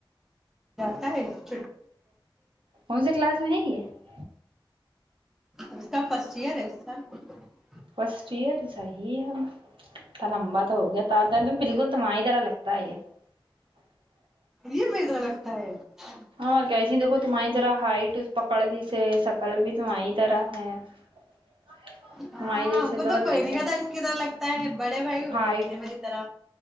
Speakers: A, in the centre; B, on the right.
A: <unintelligible> تاہ <unintelligible>
B: کون سے کلاس میں ہے یہ <unintelligible>
A: اس کا فرسٹ ایئر ہے اس کا <unintelligible>
B: فسٹئر صحی ہے لمبا <unintelligible> ہو گیا ت ت بالکل توماہ ہی درا لگتا ہی ہے <unintelligible>
A: یہ مترا لگتا ہے <unintelligible>
B: اور کیسی دیکھو تمہاری طرح ہائٹ پکڑ لیس سکل بھی تمہاری طرح ہے <unintelligible>
A: ہاں
B: جیسے
A: ہم کو تو
B: اور
A: کوئی
B: کیسا
A: نہیں کہتا اس کی طرح لگتا ہے بڑے بھائی
B: ہائٹ
A: لگتے میری طرح